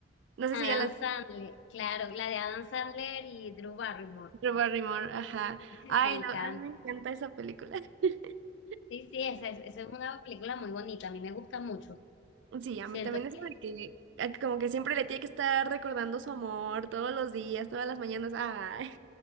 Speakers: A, on the right (about 70°); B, on the left (about 65°).
A: No sé
B: Adam
A: si ya la...
B: Sandler, claro, la de Adam Sandler y Drew Barrymore.
A: Drew Barrymore, ajá.
B: <laughs>
A: Ay,
B: Me
A: no,
B: encanta.
A: a mí me encanta esa película. <laughs>
B: Sí, sí, esa es, esa es una película muy bonita, a mí me gusta mucho.
A: Sí, a
B: Siento
A: mí también eso
B: que
A: de que a como que siempre le tiene que estar recordando su amor todos los días, todas las mañanas. Ay,